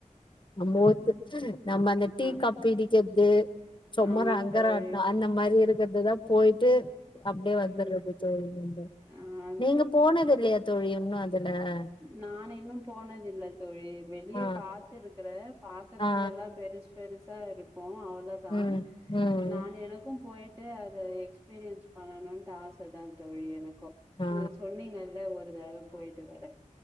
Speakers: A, on the left (about 35°); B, on the right (about 15°).
A: நம்போத்து நம்ம அந்த டீ
B: அ
A: கப் பிடிக்கற்து சும்மா
B: ஆ
A: ரங்கராட்ன
B: தோழி
A: அந்த மாரி இருக் இதுதா போய்ட்டு அப்டியே
B: ம்
A: வந் துர்றது தோழி மீண்டு
B: ஆ
A: நீங்க போனதில்லயா தோழி இன்னு அந் வேறென்ன
B: நா இன்னு போனதில்ல தோழி வெளிய
A: ஆ
B: பாத்திருக்குறே பாக்கறத்துக்கு
A: ஆ
B: எல்லா பெருசு பெருசா இருக் கவனோ அவ்ளோதா
A: ம் ம்
B: நா எனக்கு போய்ட்டு அத எக்ஸ்பீரியன்ஸ் பண்ணணும்ட்டு ஆச தா தோழி எனக் கு
A: ஆ
B: நீங்க சொன்னீங்கல்ல ஒரு தடவ போய்ட்டு வரே